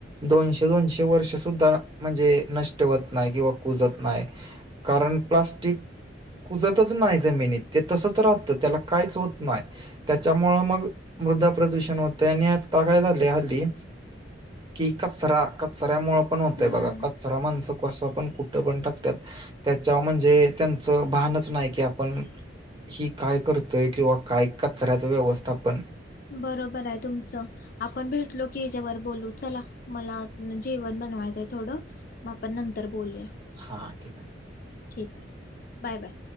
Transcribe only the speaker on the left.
हम्म
बरोबर आहे तुमचं आपण भेटलो की याच्यावर बोलू चला मला जेवण बनवायचंय थोडं मग आपण नंतर बोलूया
ठीक आहे बाय बाय